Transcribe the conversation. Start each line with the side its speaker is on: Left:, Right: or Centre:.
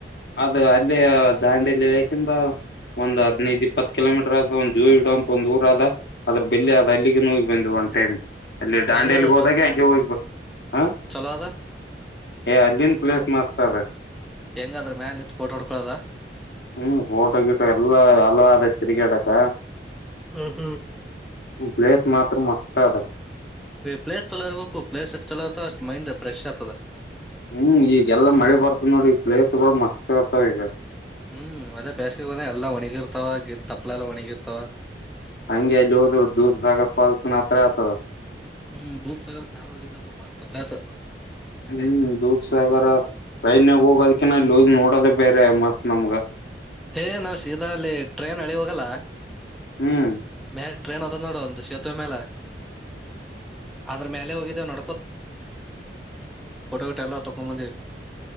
Left: ಅದು ಅಲ್ಲಿ ದಾಂಡಿ ಲಲೇಶಿಂದ ಒಂದ್ ಹದ್ನೈದು ಇಪ್ಪತ್ತು ಕಿಲೋಮೀಟರ್ ಆದದು ಜೂ ಇಡುವ ಅಂತ ಒಂದ ಊರ ಆದ ಅದ್ರ ಬೆಲ್ಲಿ ಅದ ಅಲ್ಲಿಗೆ ನೋಗಿ ಬಂದೆವು ಒಂದು ಟೈಮ್ ಅಲ್ಲಿ ಡಿಯಲಿ
Centre: ಹೆಂಗದ
Left: ಹೋದಾಗೆ ಹಗೆ ಹೋಗ ಹ
Centre: ಚಲೋ ಅದ
Left: ಏ ಅಲ್ಲಿನ್ ಪ್ಲೇಸ್ ಮಸ್ತ್ ಅದೆ
Centre: ಹೆಂಗಾದ್ರ ಮ್ಯಾನ್ ನಿಂತತ್ ಪೋಟ ಹೊಡ್ಕೊಳದ
Left: ಹ್ಮ್ ಫೋಟೋ ಗಿಟು ಎಲ್ಲಾ ಹಲವಾದ ತಿರ್ಗಾಡಕ್ಕ
Centre: ಹ್ಮ್ ಹ್ಮ್
Left: ಬ್ಲಸ್ ಮಾತ್ರ ಮಸ್ತ್ ಅದ
Centre: ಪ್ಲೇಸ್ ಚಲೋ ಇರ್ಬೇಕು ಪ್ಲೇಸ್ ಎಟ್ ಚಲೋ ಇರ್ತಾವ ಅಷ್ಟ್ ಮೈಂಡ್ ಫ್ರೆಶ್ ಆಗ್ತದ
Left: ಹ್ಮ್ ಈಗೆಲ್ಲ ಮಳೆ ಬ ಮತ್ತ ನೋಡಿ ಈ ಪ್ಲೇಸ್ಗಳು ಮಸ್ತ್ ಆರ್ತಾವ ಇದೆ
Centre: ಹ್ಮ್ ಅದೇ ಬೇಸಿಗೆ ಬ ಎಲ್ಲಾ ಒಣಿಗಿರ್ತಾವ ಗಿ ತಪ್ಪಲೆ ಎಲ್ಲ ಒಣಿಗಿರ್ತಾವ
Left: ಹಂಗೆ ಅಲ್ಲಿ ಹೋದ್ರು ದೂದ್ ಸಾಗರ್ ಫಾಲ್ಸ್ನ ಹತ್ರ ಆತದ
Centre: ಹ್ಮ್ ದೂಧ ಸಗರ ಜ್ಞಾನ ಬ ಮಸ್ತ ಪ್ಲಾಸ
Left: ಹ್ಮ್ ದೂರ್ ಸಾಗರ ಟ್ರೈನ್ಗ ಹೋಗೋದ್ಕ ಇಲ್ಲಿ ಹೋಗಿ ನೋಡೋದೇ ಬೇರೆ ಮಸ್ತ್ ನಮ್ಗ
Centre: ಏ ನಾವ್ ಶೀದ ಅಲ್ಲಿ ಟ್ರೈನ್ ಅಳಿ ಹೋಗಲ್ಲ
Left: ಹ್ಮ್
Centre: ಹ ಟ್ರನ್ ಹೊತ್ತತ ನೋ ಅ ಸೇತುವ ಮೇಲೆ ಅ್ರ ಮಲೆ ಹೋಗ ನೋ ಗಿಟೋ ಎಲ್ಲ ತಕೊಂಡ್ ಬಂದಿವಿ